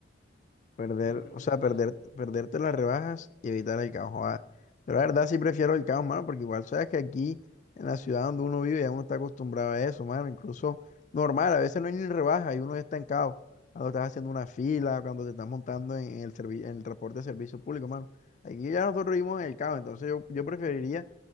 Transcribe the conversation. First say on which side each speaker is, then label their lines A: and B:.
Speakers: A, on the left (about 40°); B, on the left (about 55°).
A: Perder,
B: ¿Tú qué prefieres
A: o sea,
B: de
A: perder,
B: eso?
A: perderte las rebajas y evitar el caos. joda. Yo la verdad sí prefiero el caos, mano, porque igual sabes que aquí en la ciudad donde uno vive ya uno está acostumbrado a eso, mano. Incluso normal, a veces no hay ni rebaja y uno ya está en caos. Cuando estás haciendo una fila, cuando te estás montando en el, servi- en el transporte de servicio público, mano. Aquí ya nosotros vivimos en el caos, entonces yo, yo preferiría